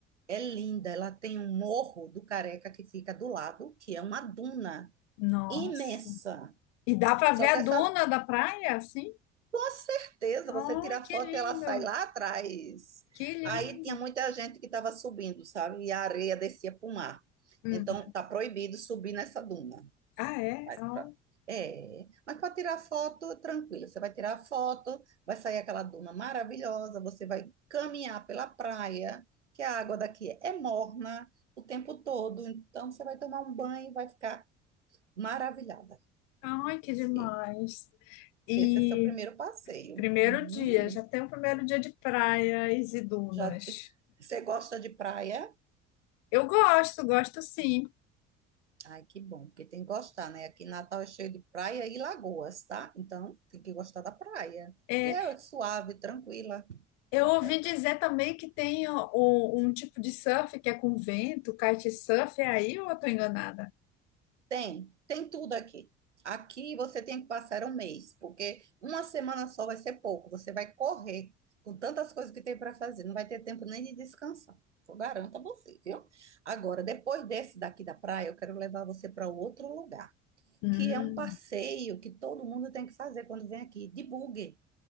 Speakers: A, on the right (about 85°); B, on the left (about 55°).
A: É linda, ela tem um morro do Careca que fica do lado, que é uma duna
B: Nossa.
A: imensa.
B: E dá pra
A: Só
B: ver a
A: que
B: dona
A: essa
B: da praia, assim?
A: Com certeza,
B: oh
A: você tira a
B: que
A: foto
B: lindo.
A: e ela sai lá atrás.
B: Que lindo.
A: Aí tinha muita gente que estava subindo, sabe? E a areia descia para o mar.
B: Uhum.
A: Então, tá proibido subir nessa duna.
B: Ah, é?
A: Mas
B: oh
A: pra- é, mas para tirar foto, tranquilo. Você vai tirar a foto, vai sair aquela duna maravilhosa, você vai caminhar pela praia, que a água daqui é morna o tempo todo. Então, você vai tomar um banho e vai ficar maravilhada.
B: oh ai, que demais.
A: E
B: E
A: Esse é seu primeiro passeio.
B: Primeiro
A: Hum,
B: dia, já tem o primeiro dia de praias e dunas.
A: Já te- Você gosta de praia?
B: Eu gosto, gosto sim.
A: Ai, que bom, porque tem que gostar, né? Aqui em Natal é cheio de praia e lagoas, tá? Então, tem que gostar da praia.
B: É,
A: E é suave, tranquila, vai
B: eu
A: dar
B: ouvi
A: certo.
B: dizer também que tem o- o- um tipo de surf que é com vento, kitesurf, é aí ou eu tô enganada?
A: Tem, tem tudo aqui. Aqui você tem que passar um mês, porque uma semana só vai ser pouco. Você vai correr com tantas coisas que tem para fazer, não vai ter tempo nem de descansar. Eu garanto a você, viu? Agora, depois desse daqui da praia, eu quero levar você para outro lugar.
B: Hum.
A: que é um passeio que todo mundo tem que fazer quando vem aqui, de buggy,